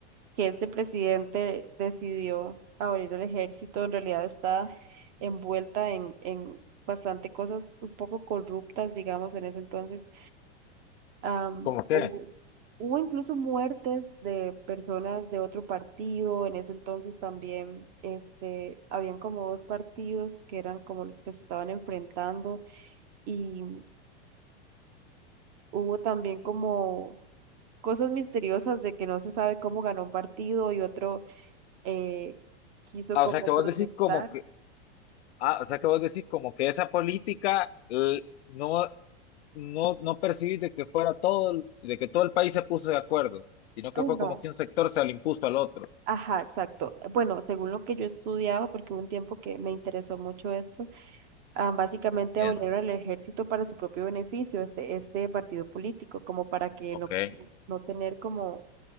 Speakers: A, on the right; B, on the left.
A: que este presidente decidió abrir el ejército, en realidad está envuelta en, en bastante cosas un poco corruptas, digamos, en ese entonces. Am,
B: ¿Cómo
A: hubo,
B: qué?
A: hubo incluso muertes de personas de otro partido, en ese entonces también, este, habían como dos partidos que eran como los que se estaban enfrentando y hubo también como cosas misteriosas de que no se sabe cómo ganó un partido y otro eh, quiso
B: Ah,
A: como
B: o sea que vos
A: protestar.
B: decís como que, ah, o sea que vos decís como que esa política l- no, no, no percibís de que fuera todo, el- de que todo el país se puso de acuerdo, sino que
A: Eh,
B: fue como
A: no,
B: que un sector se le impuso al otro.
A: ajá, exacto. Bueno, según lo que yo he estudiado, porque hubo un tiempo que me interesó mucho esto, ah, básicamente
B: Entiendo.
A: abolieron el ejército para su propio beneficio, este, este partido político, como para que
B: Ok.
A: no, no no tener como